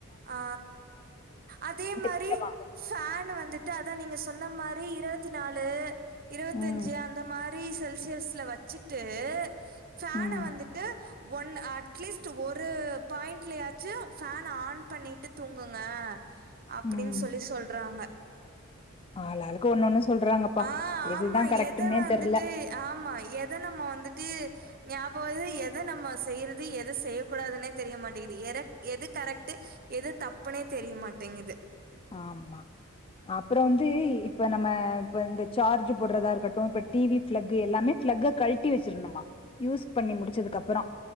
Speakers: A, on the right (about 45°); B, on the left (about 25°).
A: ஆ அதே மாரி
B: மிச்சமாகு
A: ஃபேன் வந்துட் டாதா நீங்க சொன்ன மாரி இருவத்தி நாலு இருபத்தஞ்சு
B: ம்
A: அந்த மா ரி செல்சியஸ்ல வச்சுட்டு ஃபேன்ன
B: ம்
A: வந்துட்டு ஒன் அட்லீஸ்ட் ஒரு பாயிண்ட்லயாச்சு ஃபேன்ன ஆன் பண்ணிட்டு தூங்குங்க அப்டின்னு
B: ம்
A: சொல்லி சொல்றாங்க
B: ஆளாளுக்கு ஒண்ணு ஒண்ணு சொல்றாங்கப்பா
A: ஆ
B: எதுதா
A: ஆமா.
B: கரெக்டுன்னே
A: எத வந்துட்டு
B: தெர்ல
A: ஆமா எத நம்ம வந்துட்டு ஞாபகோ வல்லி எத நம்ம செய்யறது எத செய்ய கூடாதுன்னே தெரிய மாட்டேங்குது எர எது கரெக்ட்டு எது தப்புனே தெரியமாட்டேங்குது
B: ஆமா அப்றோ வந்து இப்ப நம்ம இப்ப இந்த சார்ஜ் போடுறதா இருக்கட்டு இப்ப டி வி பிளக் எல்லாமே பிளக்க கழட்டி வச்சிரணுமா யூஸ் பண்ணி முடிச்சதுக்கு அப்புறோ